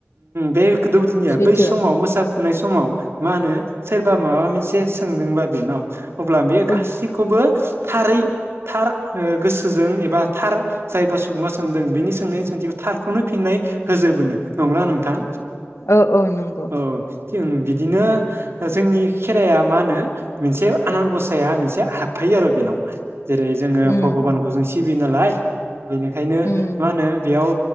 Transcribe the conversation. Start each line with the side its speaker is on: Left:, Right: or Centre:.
Right: बे गोदौदिनिया
Left: सैथो
Right: बै समाव मोसाफुनाय समाव मा होनो सोरबा माबा मोनसे सोंदोंबा बेनाव अब्ला बे
Left: औ
Right: गासैखौबो थारै थार गोसोजों एबा थार जायबा सुबुङा सोंदों बिनि सोंनायनि सोंथि थारखौनो फिननाय होजोबोनो नंगौना नोंथां।
Left: औ औ नंगौ।
Right: औ ओं बिदिनो जोंनि खेराइाया मा होनो मोनसे आनान गसाया मोनसे हाबफायो आरो बेनाव जेरै जोङो
Left: उम
Right: भगबानखौ जों सिबियो नालाय बेनिखायनो
Left: उम
Right: मा होनो बेयाव